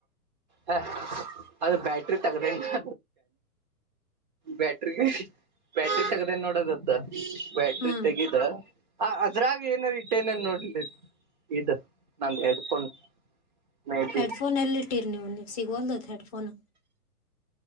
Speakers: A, on the right; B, on the left.
A: ಹ ಅದು ಬ್ಯಾಟ್ರಿ ತಗದೇ ನೋಡ ಬ್ಯಾಟ್ರಿ ಬ್ಯಾಟ್ರಿ ತಗದೇ ನೋಡದತ್ತ ಬ್ಯಾಟ್ರಿ
B: ಹ್ಮ್
A: ತೆಗದಾ ಹ ಅದ್ರಾಗ ಏನ ಇಟ್ಟ ನನ್ ನೋಡ್ಲ ಈತ ನಂದು ಹೆಡ್ಫೋನ್ ಮೇ ಬಿ
B: ಹೆಡ್ಫೋನ್ ಎಲ್ಲಿ ಕೊಟ್ಟಿರ್ ನೀವು ನೀವು ಸಿಗುವಲ್ ಹೆಡ್ಫೋನ್